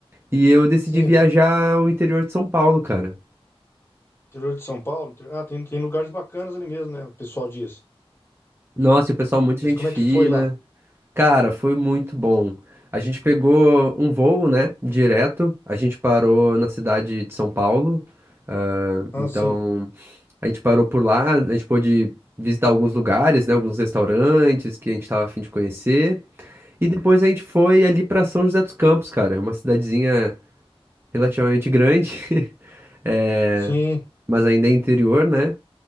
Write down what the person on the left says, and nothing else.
Sim,
interior de São Paulo. inter- Ah, tem, tem lugares bacanas ali mesmo, né? O pessoal diz.
Mas como
é que foi lá?
Ah,
sim.
Sim.